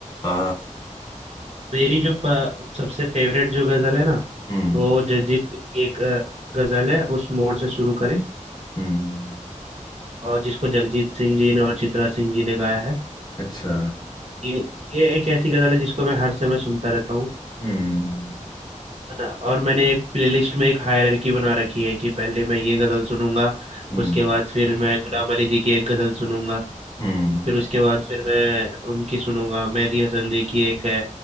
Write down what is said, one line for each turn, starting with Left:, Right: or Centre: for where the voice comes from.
Left: आ,
Right: मेरी जो प, सबसे फेवरेट जो गजल है ना
Left: हम्म
Right: वो जगजीत सिंह की एक अ, गजल है उस मोड़ से शुरू करें
Left: हम्म
Right: और जिसको जगजीत सिंह जी ने और चित्रा सिंह जी ने गाया है
Left: अच्छा
Right: ये ये एक ऐसी गजल है जिसको मैं हर समय सुनता रहता हूँ
Left: हम्म
Right: है ना और मैंने एक प्लेलिस्ट में एक हायरार्की बना रखी है कि पहले मैं ये गजल सुनूंगा
Left: हम्म
Right: उसके बाद फिर मैं गुलाम अली जी की एक गजल सुनूंगा
Left: हम्म
Right: फिर उसके बाद फिर मैं उनकी सुनूंगा मेहदी हसन जी की एक है